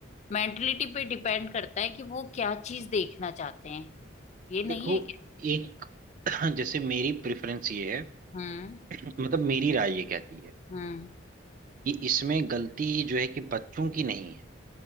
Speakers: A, on the left; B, on the right.
A: मेंटलिटी पे डिपेंड करता है कि वो क्या चीज देखना चाहते हैं ये नहीं
B: देखो
A: है क्या
B: एक <clears throat> जैसे मेरी प्रेफरेंस ये है
A: हम्म
B: <clears throat> मतलब मेरी राय ये कहती है
A: हम्म
B: कि इसमें गलती जो है कि बच्चों की नहीं है